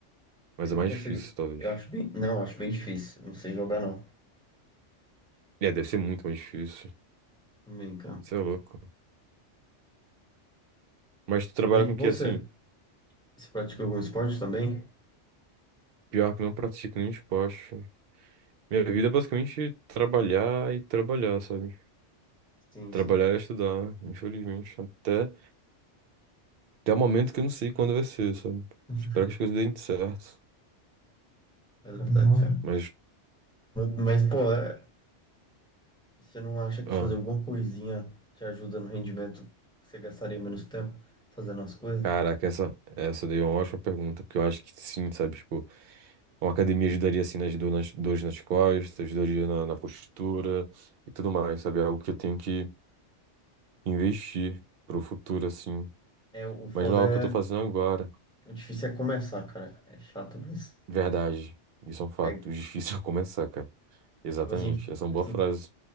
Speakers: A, on the right; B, in the centre.
A: Mas
B: Eu
A: é mais
B: não consigo.
A: difícil, talvez.
B: Eu acho bem. Não, eu acho bem difícil. Não sei jogar, não.
A: É, deve ser muito mais difícil.
B: Bem, cara.
A: Você é louco. Mas tu trabalha
B: Mas
A: com
B: e
A: o
B: você?
A: que assim?
B: Você pratica algum esporte também?
A: Pior que não pratico nenhum esporte. Minha vida é basicamente trabalhar e trabalhar, sabe?
B: Sim,
A: Trabalhar
B: sim.
A: e estudar, infelizmente. Até, até o momento que eu não sei quando vai ser, sabe?
B: <laughs>
A: Espero que as coisas deem certo.
B: É verdade, cara.
A: Mas,
B: Mas, pô, é. E Você não acha que
A: ah,
B: fazer alguma coisinha te ajuda no rendimento que você gastaria menos tempo fazendo as coisas?
A: caraca, essa, essa daí é uma ótima pergunta, porque eu acho que sim, sabe? Tipo, uma academia ajudaria assim nas dor- nas dores nas costas, ajudaria na, na postura e tudo mais, sabe? É algo que eu tenho que investir pro futuro, assim.
B: É, o foda
A: Mas não é algo que eu tô
B: é.
A: fazendo agora.
B: O difícil é começar, cara. É chato, mas
A: Verdade. Isso é um fato.
B: pega.
A: Difícil <laughs> é começar, cara. Exatamente.
B: Tipo assim,
A: Essa é uma
B: assim,
A: boa frase.